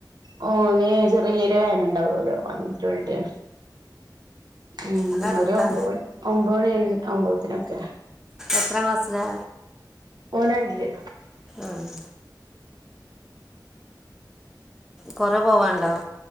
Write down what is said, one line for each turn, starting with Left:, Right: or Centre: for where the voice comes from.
Right: <unintelligible> ചെറിയ ഒരു വേന ഉണ്ടാവുല്ലോ അങ്ങൻത്തെ വണ്ടിയാ ഉം
Centre: അതടുത്താ
Right: ഒരു ഒമ്പത് മണി ഒമ്പത് മണി ആകുമ്പത്തിനൊക്കെ
Centre: എത്രാ ക്ലാസ്സിലാ
Right: ഓൻ രണ്ടില്
Centre: ആഹ് കൊറെ പോവാണ്ടോ